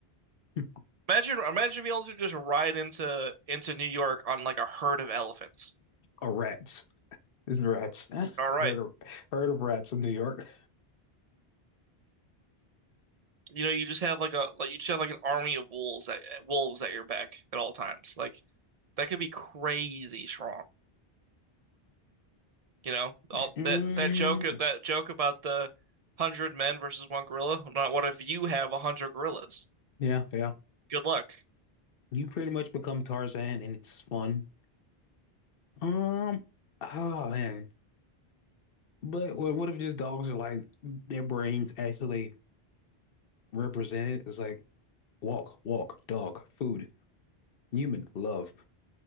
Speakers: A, on the left (about 65°); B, on the right (about 45°).
A: <laughs>
B: imagine imagine being able to just ride into into New York on like a herd of elephants.
A: or rats. It's rats. <laughs>
B: All right.
A: Heard of heard of rats in New York.
B: You know, you just have like a like you just have like an army of wolves at wolves at your back at all times. Like that could be crazy strong. You know, all
A: Mm,
B: that that joke that joke about the hundred men versus one gorilla. Not what if you have a hundred gorillas?
A: yeah, yeah.
B: Good luck.
A: You pretty much become Tarzan, and it's fun. Um, oh man. But what what if just dogs are like their brains actually represented? It's like walk, walk, dog, food, human, love.